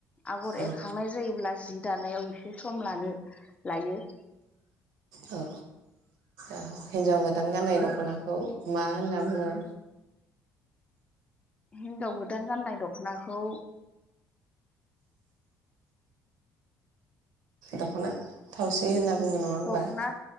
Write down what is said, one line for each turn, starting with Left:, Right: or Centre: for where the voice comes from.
Left: आगर
Right: औ
Left: एरखांनाय जायोब्ला जिब दानायाव एसे सम लानो लायो।
Right: औ औ हिन्जाव गोदान गाननाय दख'नाखौ मा होनना बुङो?
Left: हिनजाव गोदान गाननाय दख'नाखौ
Right: दख'ना थावसि होनना बुङो नङा होमबा?
Left: दख'ना